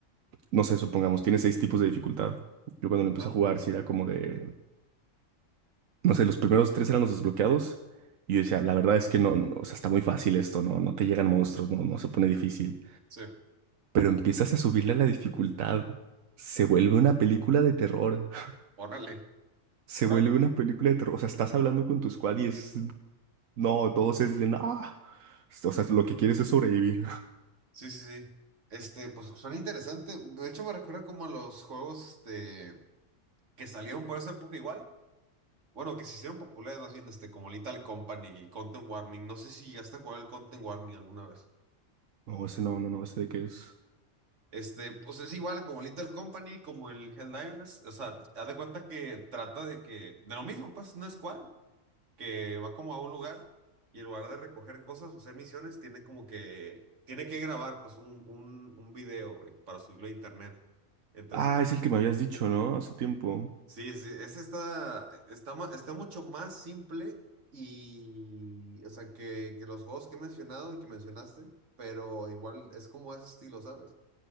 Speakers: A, on the right (about 85°); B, on the right (about 65°).
A: no sé, supongamos, tiene seis tipos de dificultad. Yo cuando lo empecé
B: Ah,
A: a jugar, sí era como de, no sé, los primeros tres eran los desbloqueados. Y yo decía, la verdad es que no, no, o sea, está muy fácil esto, no, no te llegan monstruos, no, no se pone difícil.
B: sí.
A: pero empiezas a subirle la dificultad. Se vuelve una película de terror. <laughs>
B: Órale.
A: Se
B: Órale.
A: vuelve una película de terror. O sea, estás hablando con tu squad y es. No, todos es de. No. O sea, lo que quieres es sobrevivir. <laughs>
B: Sí, sí, sí. Este, pues suena interesante. De hecho, me recuerda como los juegos, este, que salieron por esa época igual. Bueno, que se hicieron populares más bien, este, como Lethal Company y Content Warning. No sé si llegaste a jugar el Content Warning alguna vez.
A: No, ese no, no, no, ese de qué es.
B: Este, pues es igual como Little Company, como el Helldivers. O sea, haz de cuenta que trata de que, de lo mismo, pues, una squad. que va como a un lugar y en lugar de recoger cosas o hacer misiones, tiene como que, tiene que grabar pues un, un, un video, güey, para subirlo a internet. Entonces,
A: Ah, es el que me habías dicho, ¿no? Hace tiempo.
B: sí, sí, ese está, está, ma- está mucho más simple y, o sea, que, que los juegos que he mencionado y que mencionaste, pero igual es como ese estilo, ¿sabes?